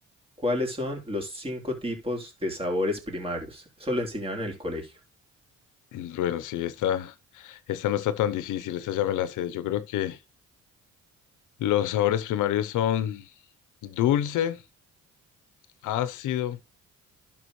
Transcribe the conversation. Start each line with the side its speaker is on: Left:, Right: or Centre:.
Right: ¿Cuáles son los cinco tipos de sabores primarios? Eso lo enseñaron en el colegio.
Left: Mm, Bueno, sí, esta, esta no está tan difícil, esta ya me la sé. Yo creo que los sabores primarios son dulce, ácido,